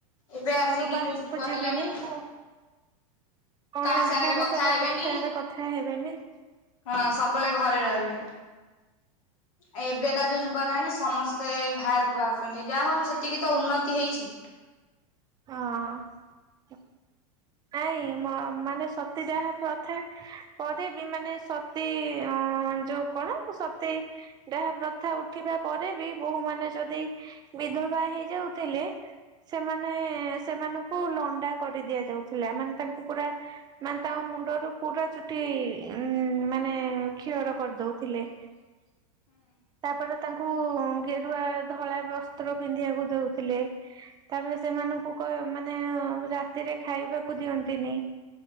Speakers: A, on the left; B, on the right.
A: ଏବେ ଆସିକି
B: ଘରୁ ବାହାରକୁ
A: ଯୋଉ ଯୁଗ
B: ଯିବେନି
A: ହେଲାଣି
B: କୁ କୌଣସି
A: କାହା ସାଙ୍ଗରେ
B: ପୁରୁଷ
A: କଥା
B: ଲୋକଙ୍କ
A: ହେବେନି
B: ସାଙ୍ଗରେ କଥା ହେବେନି।
A: ହଁ ସବୁବେଳେ ଘରେ ରହିବେ। ଏବେକା ଯୋଉ ଯୁଗ ହେଲାଣି ସମସ୍ତେ ବାହାରକୁ ବାହାରୁଛନ୍ତି ଯାହା ହଉ ସେତିକି ତ ଉନ୍ନତି ହେଇଛି।
B: ହଁ। ନାଇଁ ମାନେ ସତୀ ଦାହା ପ୍ରଥା ପରେ ବି ମାନେ ସତୀ ଅ ଯୋଉ କଣ ସତୀ ଯାହା ପ୍ରଥା ଉଠିବା ପରେ ବି ବୋହୂ ମାନ ଯଦି ବିଧବା ହେଇଯାଉଥିଲେ। ସେମାନେ ସେମାନଙ୍କୁ ଲଣ୍ଡା କରିଦିଆ ଯାଉଥିଲା ମାନେ ତାଙ୍କୁ ପୁରା। ମାନେ ତାଙ୍କ ମୁଣ୍ଡରୁ ପୁରା ଚୁଟି ଉ ମାନେ କ୍ଷିଅର କରିଦଉଥିଲେ।
A: ହ <inaudible>
B: ତାପରେ ତାଙ୍କୁ ଗେରୁଆ ଧଳା ବସ୍ତ୍ର ପିନ୍ଧିବାକୁ ଦଉଥିଲେ। ତାପରେ ସେମାନଙ୍କୁ କ ମାନେ ରାତିରେ ଖାଇବାକୁ ଦିଅନ୍ତିନି।